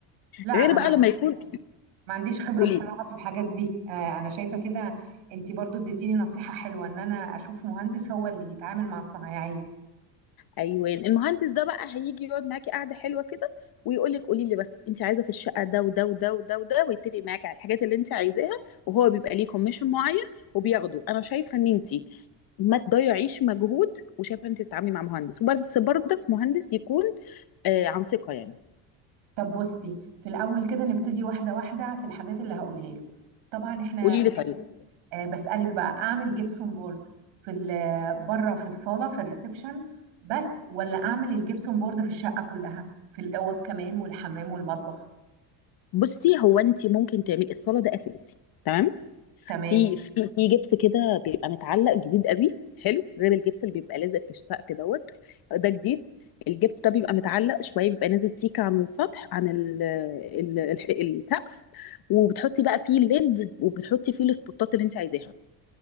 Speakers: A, on the right; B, on the left.
A: لا انا
B: غير بقى
A: ما عنديش
B: لما يكون
A: ما عنديش خبرة
B: قولي
A: بصراحة في الحاجات دي آه، انا شايفة كده انت برضو اديتيني نصيحة حلوة ان انا اشوف مهندس هو اللي يتعامل مع الصنايعية
B: ايوه المهندس ده بقى هيجي يقعد معاكي قعده حلوه كده ويقول لك قولي لي بس انت عايزه في الشقه ده وده وده وده وده ويتفق معاكي على الحاجات اللي انت عايزاها وهو بيبقى ليه كوميشن معين وبياخده انا شايفه ان انت ما تضيعيش مجهود وشايفه ان انت تتعاملي مع مهندس وبرده برضك مهندس يكون آه عن ثقه يعني
A: طب بصي في الاول كده نبتدي واحدة واحدة في الحاجات اللي هقولها له طبعا احنا
B: قولي
A: نعمل
B: لي طيب
A: آه، بسألك بقى اعمل جبسون بورد في ال- بره في الصالة في الريسبشن بس ولا اعمل الجبسون بورد في الشقة كلها في الاوض كمان والحمام والمطبخ
B: بصي هو انت ممكن تعملي الصاله ده اساسي تمام
A: تمام
B: في في في جبس كده بيبقى متعلق جديد قوي حلو غير الجبس اللي بيبقى لازق في السقف دوت ده جديد الجبس ده بيبقى متعلق شويه بيبقى نازل سيكه عن السطح عن ال ال ال السقف وبتحطي بقى فيه الليد وبتحطي فيه السبوتات اللي انت عايزاها